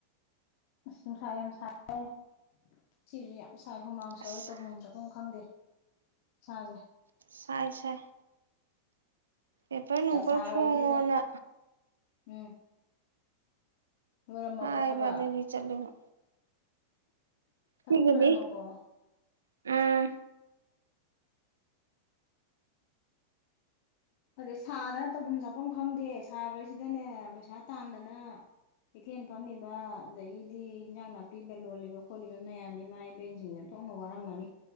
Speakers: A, on the left; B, on the right.
A: ꯅꯨꯡꯁꯥꯏ ꯌꯥꯝ ꯁ ꯑꯦ ꯁꯤꯁꯨ ꯌꯥꯝ ꯁꯥꯏ ꯍꯨꯃꯥꯡ
B: ꯑꯁ
A: ꯁꯧꯋꯦ ꯇꯧꯐꯝ ꯆꯐꯝ ꯈꯪꯗꯦ ꯆꯥꯖ
B: ꯁꯥꯏꯁꯦ ꯑꯦꯕꯔ
A: ꯅꯨꯡꯁꯥ
B: ꯅꯨꯡꯄ
A: ꯁꯥꯕꯁꯤꯗ
B: ꯐꯣꯡꯉꯣꯅ
A: ꯎꯝ ꯔꯝꯕꯣ
B: ꯍꯥꯏꯕ
A: ꯊꯕ
B: ꯑꯗꯨꯒꯤ ꯆꯠꯂꯨꯕ
A: <inaudible> ꯇꯕ
B: ꯁꯤꯒꯤꯗꯤ
A: ꯀꯂ ꯑꯣꯏꯔꯃ ꯄꯣ
B: ꯎꯝ
A: ꯑꯗꯩ ꯁꯥꯗꯅ ꯇꯧꯐꯝ ꯆꯥꯐꯝ ꯈꯪꯗꯦ ꯁꯥꯈ꯭ꯔꯁꯤꯗꯅꯦ ꯄꯩꯁꯥ ꯇꯥꯟꯗꯅ ꯀꯩꯊꯦꯟ ꯐꯝꯃꯤꯕ ꯑꯗꯒꯤꯗꯤ ꯏꯟꯖꯥꯡ ꯅꯥꯄꯤꯗ ꯂꯣꯜꯂꯤꯕ ꯈꯣꯠꯂꯤꯕ ꯃꯌꯥꯝꯅꯤ ꯃꯥꯏ ꯏꯕꯦꯟꯁꯤꯡꯁꯤꯅ ꯊꯣꯛꯅ ꯋꯥꯔꯝꯒꯅꯤ